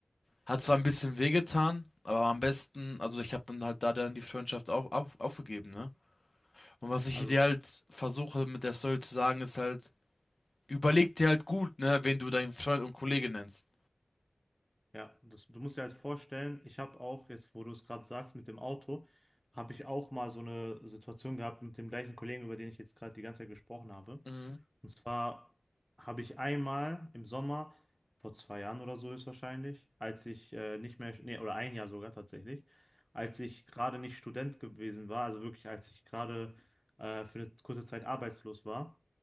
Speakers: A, on the left; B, in the centre.
A: hat zwar ein bisschen wehgetan, aber am besten, also ich habe dann halt da dann die Freundschaft auf, auf, aufgegeben, ne? Und was ich
B: Also,
A: dir halt versuche mit der Story zu sagen, ist halt, überleg dir halt gut, ne, wen du deinen Freund und Kollege nennst.
B: ja, das, du musst dir halt vorstellen, ich habe auch, jetzt wo du es gerade sagst mit dem Auto, habe ich auch mal so eine Situation gehabt mit dem gleichen Kollegen, über den ich jetzt gerade die ganze Zeit gesprochen habe.
A: Mhm.
B: Und zwar habe ich einmal im Sommer, vor zwei Jahren oder so höchstwahrscheinlich, als ich äh, nicht mehr, nee, oder ein Jahr sogar tatsächlich, als ich gerade nicht Student gewesen war, also wirklich als ich gerade äh, für eine kurze Zeit arbeitslos war,